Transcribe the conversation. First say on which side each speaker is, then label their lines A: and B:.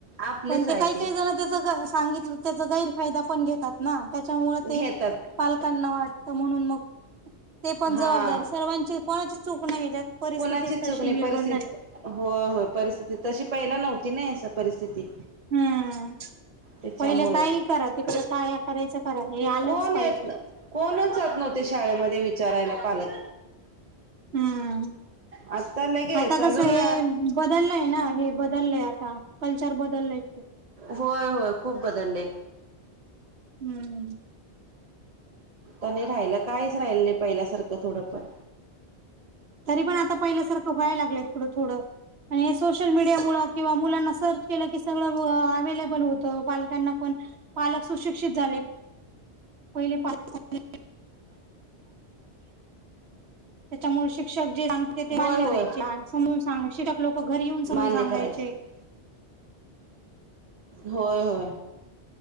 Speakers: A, on the right; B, on the right.
A: आपलीच
B: पण
A: आहे
B: ते काही काही झालं त्याच सांगितलं त्याचा गैरफायदा पण घेतात ना त्याच्यामुळे ते
A: घेतात
B: पालकांना वाटतं म्हणून मग ते पण
A: हा
B: जबाबदारी सर्वांची कोणाची चूक नाही परिस्थितीच
A: कोुणाची चूक
B: तशी
A: नाही
B: निर्माण
A: परिस्थ
B: झाली.
A: हो हो परिस्थिती तशी पहिला नव्हती नाही परिस्थिती
B: हम्म
A: त्याच्यामुळं
B: पहिले काय करा तकडे काय करायचं करा हे आलंच
A: कोण
B: पाहिजे
A: येत कोणच जात नव्हते शाळेमध्ये विचारायला पालक
B: हम्म
A: आता लगेच
B: आता
A: अजून
B: कस हे बदललय ना हे बदललंय आता कल्चर बदललंय
A: होय होय खूप बदलले
B: हम्म
A: नाही राहिला कायच राहिल नाही पहिल्यासारखं थोडं पण
B: तरी पण आता पहिल्यासारखं व्हायला लागलंय थोडं थोडं. आणि सोशल मीडिया मुळ किंवा मुलांना सर्च केलं की सगळं अव्लेबल होतं कॉल. त्याना पण पालक सुशिक्षित झाले पहिले पाले <inaudible> <inaudible> त्याच्यामुळे शिक्षक जे तेथ ते
A: होय
B: मान्य
A: होय
B: राहायचे समजून सांग शिक्षक लोक घरी येऊन समून
A: मान्य
B: सांगायचे.
A: करायचं होय होय